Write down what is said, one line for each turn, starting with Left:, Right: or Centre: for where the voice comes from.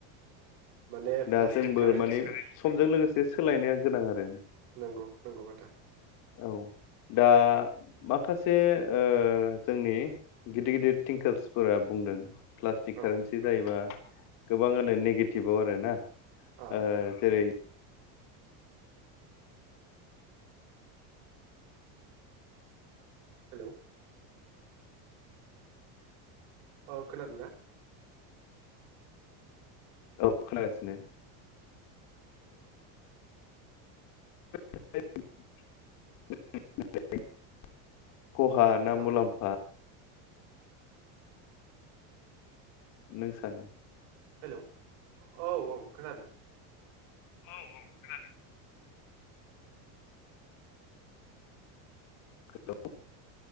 Right: माने
Left: दा
Right: प्लास्टिक
Left: जोंबो
Right: कारेन्सि
Left: माने
Right: औ
Left: समजों लोगोसे एसे सोलायनाया गोनां आरो।
Right: नंगौ नंगौ आदा।
Left: औ दा माखासे ओ जोंनि गिदिर गिदिर थिंकार्सफोरा बुंदों। प्लास्टिक कारेन्सि
Right: औ
Left: जायोबा। गोबांआनो नेगेटिभआव आरो ना।
Right: आ
Left: ओ जेरै -
Right: हेलौ अ खोनादों ना?
Left: औ खोनागासिनो <inaudible> खहा ना
Right: औ
Left: मुलाम्फा। नों सानो
Right: हेल' औ औ खोनादों
Left: औ औ खोनादों। <unintelligible>